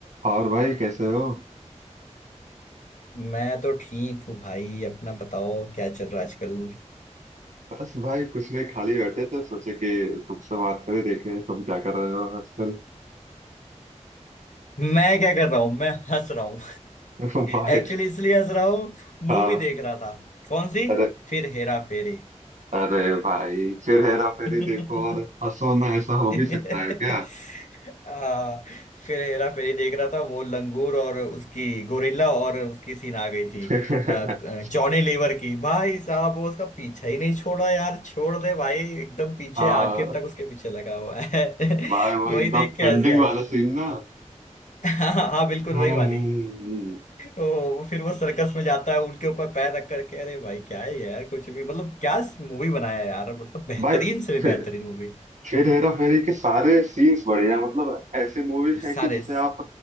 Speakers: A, on the right; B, on the left.
A: और भाई कैसे हो
B: मैं तो ठीक हूँ भाई अपना बताओ क्या चल रहा है आजकल
A: बस भाई कुछ नहीं खाली बैठे थे सोचे कि तुमसे बात करें देखें तुम क्या कर रहे हो आजकल
B: मैं क्या कर रहा हूँ मैं हंस रहा हूँ
A: <laughs> भाई
B: <laughs> एक्चुअली इसलिए हंस रहा हूँ
A: हाँ
B: मूवी देख रहा था कौन सी
A: अरे
B: फिर हेरा फेरी
A: अरे भाई फिर हेरा फेरी
B: <laughs>
A: देखो और हंसो ना ऐसा हो
B: <laughs>
A: भी सकता है क्या
B: आ, फिर हेरा फेरी देख रहा था वो लंगूर और उसकी गोरिल्ला और उसकी सीन आ गई थी
A: <laughs>
B: आ, जॉनी लीवर की भाई साहब वो उसका पीछा ही नहीं छोड़ा यार छोड़ दे भाई एकदम पीछे
A: हाँ
B: आखिर तक उसके पीछे लगा हुआ है <laughs>
A: भाई वो
B: वही
A: एकदम
B: देख के हंसे
A: एंडिंग
B: आ रहे
A: वाला
B: थे
A: सीन ना
B: <laughs> हाँ हाँ बिल्कुल
A: हम्म
B: वही वाली
A: हम्म, हम्म।
B: ओ वो फिर वो सर्कस में जाता है उनके ऊपर पैर रख करके अरे भाई क्या है यार कुछ भी मतलब क्या मूवी बनाया है यार मतलब बेहतरीन
A: भाई
B: से भी
A: फिर
B: बेहतरीन मूवी
A: हेरा फेरी के सारे सीन्स बढ़िया मतलब ऐसे मूवीज है
B: सारे
A: कि जिसे आप